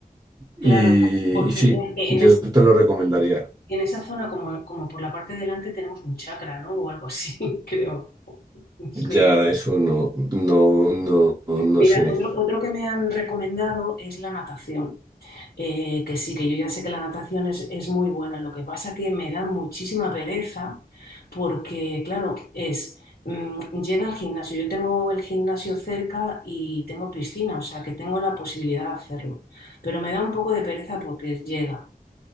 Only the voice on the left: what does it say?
Claro,
porque
en, en
esa,
en esa zona, como, como por la parte de delante, tenemos un chakra, ¿no? O algo así, <laughs> creo. Creo.
Mira,
otro, otro que me han recomendado es la natación. Eh, que sí, que yo ya sé que la natación es, es muy buena. Lo que pasa que me da muchísima pereza porque, claro, es, mm, llega al gimnasio. Yo tengo el gimnasio cerca y tengo piscina, o sea que tengo la posibilidad de hacerlo. Pero me da un poco de pereza porque llega.